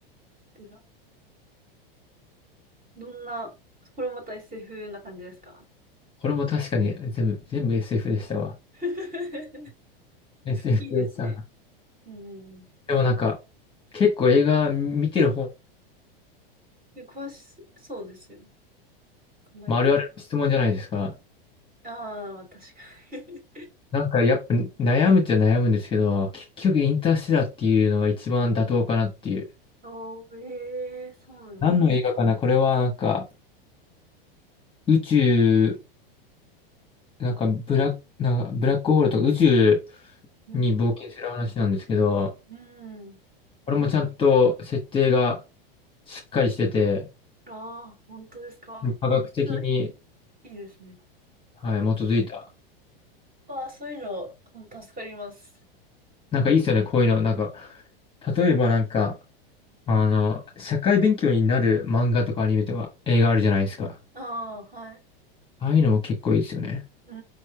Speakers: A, on the right (about 30°); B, on the left (about 15°).
A: ステラ。どんな、これもまた SF な感じですか
B: これも確かに全部、全部 SF でしたわ。
A: <laughs>
B: SF
A: いいですね。
B: でさ
A: うんうんうん。
B: でもなんか、結構映画見てる方、
A: で詳しそうですよ。隣。
B: まあ、あるあるの質問じゃないですか。
A: ああ、まあ確かに
B: なんかやっぱ悩むっちゃ悩むんですけど、結局インターステラーっていうのが一番妥当かなっていう。
A: <laughs> おー、ええそうなんです。
B: 何の映画かなこれはなんか、宇宙、なんかブラック、なんかブラックホールとか宇宙
A: うん。
B: に冒険する話なんですけど、
A: うん。
B: これもちゃんと設定がしっかりしてて、
A: ああ、本当ですか。
B: 科学的に、
A: めっちゃいいですね。
B: はい、基づいた。
A: ああ、そういうの、ほんと助かります。
B: なんかいいですよね、こういうの。なんか、例えばなんか、あの、社会勉強になる漫画とかアニメとか映画あるじゃないですか。
A: ああ、はい。
B: ああいうのも結構いいですよね。
A: う